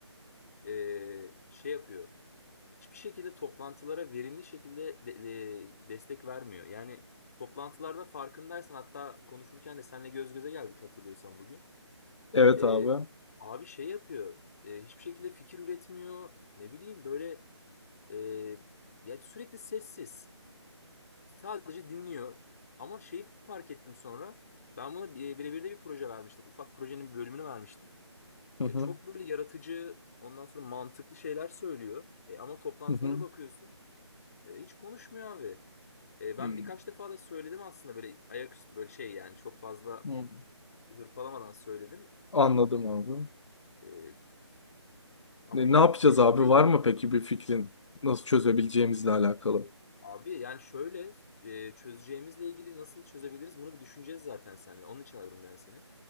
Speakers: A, on the left; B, on the left.
A: e, şey yapıyor. Hiçbir şekilde toplantılara verimli şekilde de- de- destek vermiyor. Yani toplantılarda farkındaysan hatta konuşurken de seninle göz göze geldik hatırlıyorsan bugün.
B: Evet
A: Ee,
B: abi.
A: abi şey yapıyor. e, hiçbir şekilde fikir üretmiyor. Ne bileyim böyle e, ya sürekli sessiz. Sadece dinliyor. Ama şeyi fark ettim sonra. Ben buna bire- birebir de bir proje vermiştim. Ufak projenin bir bölümünü vermiştim.
B: Hı
A: E,
B: hı.
A: çok böyle yaratıcı, ondan sonra mantıklı şeyler söylüyor. E, ama toplantılara
B: Hı hı.
A: bakıyorsun. e, hiç konuşmuyor abi. E, ben
B: Hmm.
A: birkaç defa da söyledim aslında böyle ayaküstü böyle şey yani çok fazla
B: Hı.
A: hırpalamadan söyledim.
B: Anladım abi.
A: E, ama
B: Ne,
A: hiçbir
B: ne yapacağız
A: gelişme
B: abi?
A: de yok.
B: Var mı peki bir fikrin? Nasıl çözebileceğimizle alakalı?
A: Abi yani şöyle e, çözeceğimizle ilgili nasıl çözebiliriz bunu bir düşüneceğiz zaten seninle. Onun için aradım ben seni.